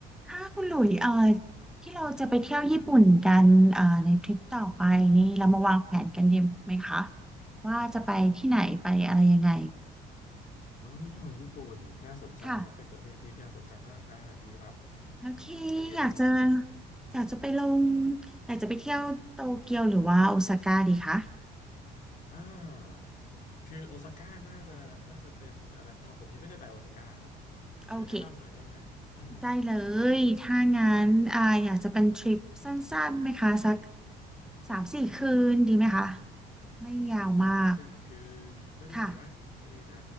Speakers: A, in the centre; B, on the left.
A: ค่ะคุณหลุยเอ่อที่เราจะไปเที่ยวญี่ปุ่นกันเอ่อในทริปต่อไปนี่เรามาวางแผนกันดีไหมคะว่าจะไปที่ไหนไปอะไรยังไง
B: อ๋อญี่ปุ่นน่าสนใจครับเป็นประเทศที่น่าสนใจมากอ่าดีครับ
A: ค่ะโอเค
B: ไอเดียที่ดีมาก
A: อยากจะอยากจะไปลงอยากจะไปเที่ยวโตเกียวหรือว่าโอซาก้าดีคะ
B: อ่าคือโอซาก้าน่าจะน่าจะเป็นอะไรอ่าผมยังไม่เคยไปโอซาก้าครับอ่าช่วยแนะนำหน่อยได้ไหมเออ
A: โอเคได้เลยถ้างั้นอ่าอยากจะเป็นทริปสั้นๆไหมคะสักสามสี่คืนดีไหมคะไม่ยาวมาก
B: สามสี่คืนก็ดีนะก็ดีนะ
A: ค่ะ